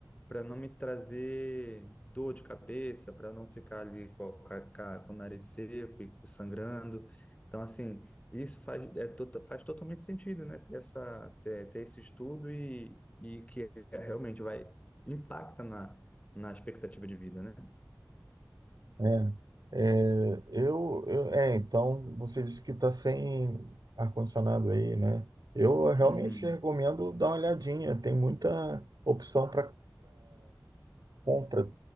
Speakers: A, on the left; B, on the right.
A: para não me trazer dor de cabeça, para não ficar ali com, a- com a- com o nariz seco e sangrando. Então assim isso faz, é tota- faz totalmente sentido, né? Ter, essa, ter, ter esse estudo e, e que realmente vai impacta na, na expectativa de vida, né?
B: É, é, eu, eu- é, então, você disse que está sem ar-condicionado aí, né? Eu realmente
A: Uhum.
B: recomendo dar uma olhadinha. Tem muita opção para compra